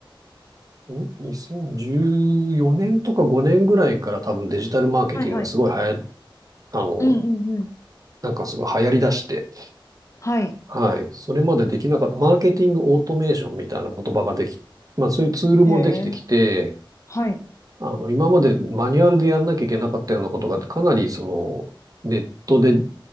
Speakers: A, on the right; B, on the left.
A: 1ん ?2014 年とか5年ぐらいから多分デジタルマーケティングがすごい流行、
B: はいはい。
A: あの、
B: うんうんうん。
A: なんかすごい流行り出して、
B: はい。
A: はい。それまでできなかった、マーケティングオートメーションみたいな言葉ができ、まあそういうツールもできてきて、
B: へえ。はい。
A: あの、今までマニュアルでやんなきゃいけなかったようなことが、かなりその、ネットで